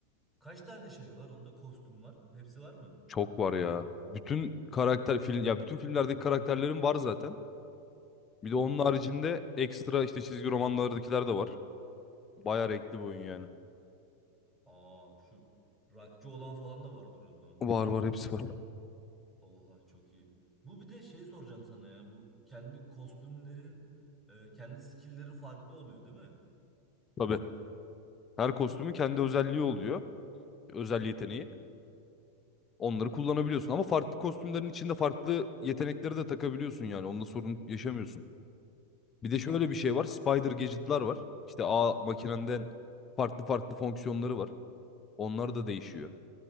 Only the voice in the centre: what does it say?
kaç tane şey var? Onda kostüm var. Hepsi var mı?
Hmm.
Aa şu rockçı olan falan da vardır o zaman.
Oha çok iyi. Bu bir de şey soracağım sana ya. Bu kendi kostümlerin e, kendi skill'leri farklı oluyor değil mi?
Ben,
Hmm.